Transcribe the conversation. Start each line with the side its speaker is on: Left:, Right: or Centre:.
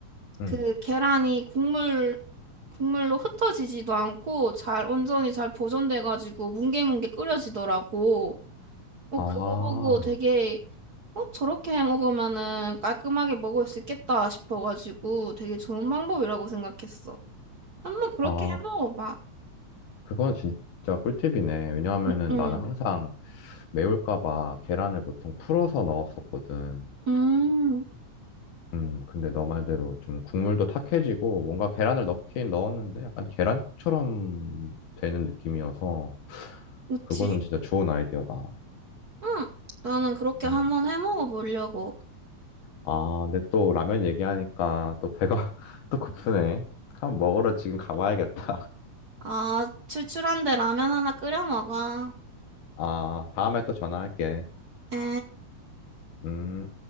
Left: 음,
Right: 그 계란이 국물 국물로 흩어지지도 않고 잘 온전히 잘 보존돼가지고 뭉게뭉게 끓여지더라고. 어
Left: 아,
Right: 그거 보고 되게 어 저렇게 해 먹으면은 깔끔하게 먹을 수 있겠다 싶어가지고 되게 좋은 방법이라고 생각했어. 한번 그렇게
Left: 아,
Right: 해 먹어봐.
Left: 그건 진짜 꿀팁이네. 왜냐하면은
Right: 응, 응,
Left: 나는 항상 매울까 봐 계란을 보통 풀어서 넣었었거든.
Right: 음,
Left: 음, 근데 너 말대로 좀 국물도 탁해지고 뭔가 계란을 넣긴 넣었는데 약간 계란국처럼 되는 느낌이어서
Right: 그치?
Left: 그거는 진짜 좋은 아이디어다.
Right: 응, 나는 그렇게
Left: 음.
Right: 한번 해 먹어보려고.
Left: 아, 근데 또 라면 얘기하니까 또 배가 <laughs> 또 고프네. 한번 먹으러 지금 가봐야겠다.
Right: 아, 출출한데 라면 하나 끓여 먹어.
Left: <laughs> 아, 다음에 또 전화할게.
Right: 에?
Left: 음.